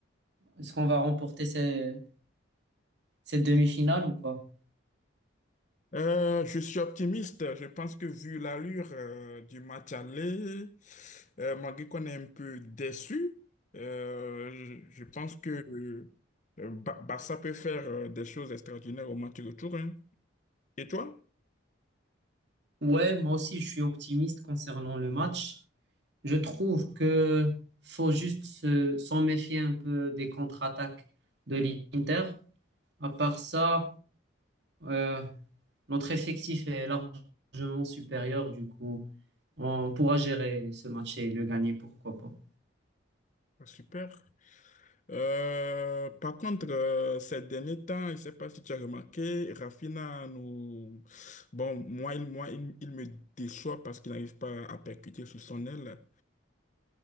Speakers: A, on the right (about 60°); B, on the left (about 40°).
A: Est-ce qu'on va remporter ces- cette demi-finale ou pas?
B: euh, je suis optimiste. Je pense que vu l'allure, euh, du match aller, euh, malgré qu'on est un peu déçu, euh, je je pense que euh, Ba- Barça peut faire euh, des choses extraordinaires au match retour. hein. Et toi?
A: Ouais, moi aussi, je suis optimiste concernant le match. Je trouve que faut juste se- s'en méfier un peu des contre-attaques de l'Inter. À part ça, euh, notre effectif est largement supérieur du coup. On pourra gérer ce match et le gagner, pourquoi pas.
B: Ah, Super. Euh, par contre, euh, ces derniers temps, je ne sais pas si tu as remarqué, Rafinha nous... Bon, moi, il, moi, il, il me déçoit parce qu'il n'arrive pas à percuter sous son aile.